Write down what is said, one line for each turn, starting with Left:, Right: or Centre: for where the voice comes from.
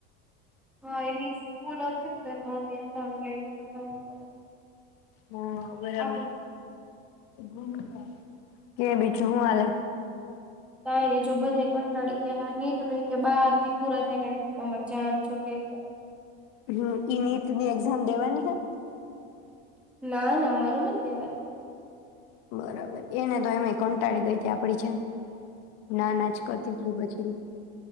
Centre: હા એની સ્કૂલ હતી ને તો એ મમ્મી એ ફોન લઈ લીધો હતો અવે તો
Left: હા, બરાબર.
Centre: આપી
Left: <unintelligible> કે બીજું હું હાલે?
Centre: કાઈ નહીં જો બધાએ કંટાળી ગયા ને આ નીટને કે બાર દી પૂરા થાય ને એટલે કે અમાર જાન છૂટે ગયા.
Left: હમ ઈ નીટ ની એક્ઝામ દેવાની હે?
Centre: ના-ના, મનું નથ દેવાની.
Left: બરાબર, એને તો એમેય કંટાળી ગઈ તે આપણી જેમ. ના-ના જ કરતી તી પછી